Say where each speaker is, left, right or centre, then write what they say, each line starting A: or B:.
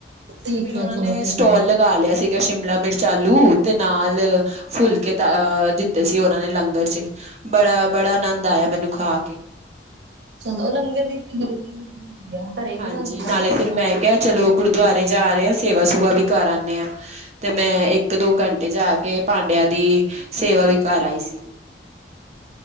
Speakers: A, on the right; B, on the right.
A: ਠੀਕ
B: ਫਿਰ ਓਨਾਂ
A: ਹੈ ਚਲੋ
B: ਨੇ
A: ਠੀਕ
B: ਸਟੋਲ
A: ਹੈ ਫਿਰ
B: ਲਗਾ ਲੇਆ ਸੀ ਸ਼ਿਮਲਾ ਮਿਰਚ, ਆਲੂ ਤੇ ਨਾਲ ਫੁਲਕੇ ਤ ਅ ਦਿੱਤੇ ਸੀ ਓਨਾਂ ਨੇ ਲੰਗਰ ਚ ਬੜਾ-ਬੜਾ ਆਨੰਦ ਆਏਆ ਮੈਨੂੰ ਖਾ ਕੇ।
A: ਚਲੋ ਲੰਗਰ ਦੀ ਤੇਆਰੀ <unintelligible> ਘਰੇ ਨੀ
B: ਹਾਂਜੀ
A: ਬੇਦੀਂਆ
B: ਨਾਲੇ
A: ਜਾ
B: ਫਿਰ
A: ਕੇ।
B: ਮੈਂ ਕਿਹਾ ਚਲੋ ਗੁਰਦੁਆਰੇ ਜਾ ਰੇ ਆਂ, ਸੇਵਾ-ਸੂਵਾ ਵੀ ਕਾਰ ਆਨੇ ਆਂ। ਤੇ ਮੈਂ ਏਕ-ਦੋ ਘੰਟੇ ਜਾ ਕੇ, ਪਾਂਡੇਆਂ ਦੀ ਸੇਵਾ ਵੀ ਕਾਰ ਆਈ ਸੀਗੀ।